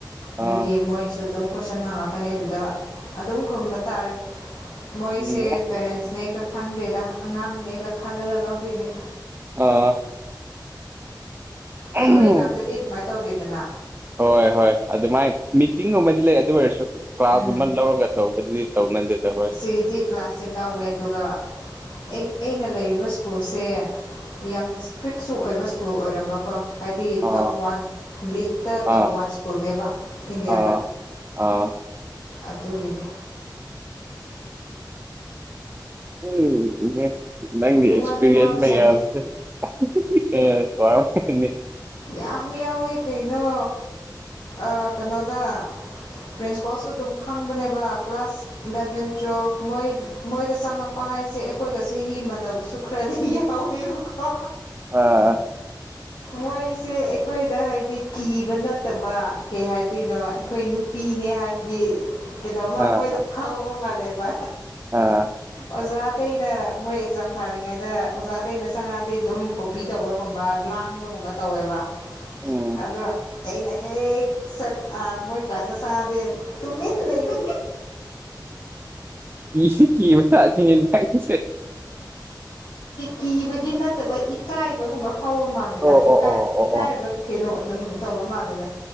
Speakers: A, on the left; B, on the right.
A: ꯑꯗꯨꯒꯤ
B: ꯑꯥ
A: ꯃꯣꯏ꯫ ꯑꯗꯨ ꯑꯗꯨꯝ ꯀꯣꯏꯁꯟ ꯍꯥꯡꯉꯛꯀꯅꯤ ꯑꯗꯨꯗ ꯑꯗꯨꯝ ꯈꯨꯝꯕ ꯇꯥꯔꯦ꯫ ꯃꯣꯏꯁꯦ
B: ꯎꯝ
A: ꯄꯦꯔꯦꯟꯁꯅꯦꯀ ꯈꯟꯗ꯭ꯔꯦꯗ ꯑꯉꯥꯡꯅꯦꯒ ꯈꯜꯂꯒ ꯂꯧꯗꯣꯏꯅꯦ꯫
B: ꯑꯥ꯫ ꯎꯝ꯫
A: ꯑꯩꯈꯣꯏ ꯂꯝꯗꯗꯤ ꯑꯗꯨꯃꯥꯏꯅ ꯇꯧꯗꯦꯗꯅ
B: ꯍꯣꯏ ꯍꯣꯏ ꯑꯗꯨꯃꯥꯏꯅ ꯃꯤꯇꯤꯡꯒꯨꯝꯕꯗꯤ ꯂꯩ ꯑꯗꯨ ꯑꯣꯏꯔꯁꯨ ꯀ꯭ꯂꯥꯁꯀꯨꯝꯕ
A: ꯎꯝ
B: ꯂꯧꯔꯒ꯫ ꯇꯧꯕꯗꯤ ꯇꯧꯅꯦꯗꯦꯗ ꯍꯣꯏ꯫
A: ꯁꯤꯗꯤ ꯀ꯭ꯂꯥꯁꯁꯦ ꯂꯥꯎꯋꯦ ꯑꯗꯨꯒ ꯑꯩꯅ ꯂꯩꯔꯤꯕ ꯁ꯭ꯀꯨꯜꯁꯦ꯫ ꯌꯥꯝꯅ ꯏꯁꯇ꯭ꯔꯤꯛꯁꯨ ꯑꯣꯏꯕ ꯁ꯭ꯀꯨꯜ ꯑꯣꯏꯔꯝꯕꯀꯣ꯫ ꯍꯥꯏꯗꯤ
B: ꯑꯥ
A: ꯇꯣꯞ ꯋꯥꯟ ꯂꯤꯛꯇ ꯇꯣꯞ
B: ꯑꯥ
A: ꯋꯥꯟ ꯁ꯭ꯀꯨꯜꯅꯦꯕ ꯏꯟꯗꯤꯌꯥꯗ꯫
B: ꯑꯥ ꯑꯥ꯫
A: ꯑꯗꯨꯒꯤꯅꯦ꯫
B: ꯎꯝ ꯏꯍꯦ꯫ ꯅꯪ ꯑꯦꯛꯁꯄꯤꯔꯤꯌꯦꯟꯁ
A: ꯋꯥꯗꯤ ꯋꯥꯕꯖꯥꯠꯅꯦ
B: ꯃꯌꯝ ꯁꯤꯅ ꯋꯥꯔꯝꯒꯅꯤ꯫
A: ꯌꯥꯝ ꯌꯥꯎꯋꯦ ꯀꯩꯅꯣ ꯑ ꯫ ꯀꯩꯅꯣꯗ ꯄ꯭ꯔꯤꯟꯁꯤꯄꯥꯜꯁꯨ ꯑꯗꯨꯝ ꯈꯪꯕꯅꯦꯕ ꯀ꯭ꯂꯥꯁ ꯏꯂꯚꯦꯟ ꯇꯨꯋꯦꯜꯐ꯫ ꯃꯣꯏ ꯃꯣꯏꯗ ꯆꯪꯉꯛꯄ ꯍꯥꯏꯁꯦ ꯑꯩꯈꯣꯏꯒ ꯁꯦ ꯍꯤ ꯃꯟꯅꯕꯁꯨ ꯈꯔꯗꯤ ꯌꯥꯎꯋꯦꯕꯀꯣ꯫
B: ꯑꯥ꯫
A: ꯃꯣꯏꯁꯦ ꯑꯩꯈꯣꯏꯗ ꯍꯥꯏꯗꯤ ꯀꯤꯕ꯫ ꯍꯥꯏꯕ ꯅꯠꯇꯕ ꯀꯩ ꯍꯥꯏꯗꯣꯏꯅꯣ ꯑꯩꯈꯣꯏ ꯅꯨꯄꯤꯅꯦ ꯍꯥꯏꯕꯒꯤ꯫ ꯀꯩꯅꯣꯃ
B: ꯑꯥ
A: ꯃꯣꯏꯗ ꯐꯥꯎꯕ ꯃꯥꯜꯂꯦꯕ꯫
B: ꯑꯥ꯫
A: ꯑꯣꯖꯥ ꯑꯇꯩꯩꯅ ꯃꯣꯏ ꯑꯦꯛꯖꯥꯝ ꯊꯥꯔꯤꯉꯩꯗ ꯑꯣꯖꯥꯇꯩꯩꯅ ꯁꯪꯉꯛꯗꯤ ꯑꯗꯨꯝ꯫ ꯄꯤ ꯇꯧꯕꯒꯨꯝꯕ ꯂꯥꯡꯕꯒꯨꯝꯕ ꯇꯧꯋꯦꯕ
B: ꯎꯝ
A: ꯑꯗꯣ꯫ ꯑꯦꯅ ꯍꯦ ꯆꯠ ꯑ ꯃꯣꯏ ꯀ꯭ꯂꯥꯁ ꯆꯡꯑꯗꯤ ꯇꯨꯝꯃꯤ ꯂꯩꯕ꯫
B: ꯀꯤꯁꯨ ꯀꯤꯕ ꯖꯠꯅꯤ ꯅꯪꯁꯦ꯫
A: ꯀꯤꯕꯒꯤ ꯅꯠꯇꯕ ꯏꯀꯥꯏꯕꯒꯨꯝꯕ꯫ ꯐꯥꯎꯕ ꯃꯥꯜꯗꯦꯗ
B: ꯑꯣ ꯑꯣ ꯑꯣ ꯑꯣ
A: ꯏꯀꯥꯏꯕ
B: ꯑꯣ
A: ꯀꯩꯅꯣ ꯑꯗꯨꯝ ꯇꯧꯕ ꯃꯥꯜꯂꯦꯗ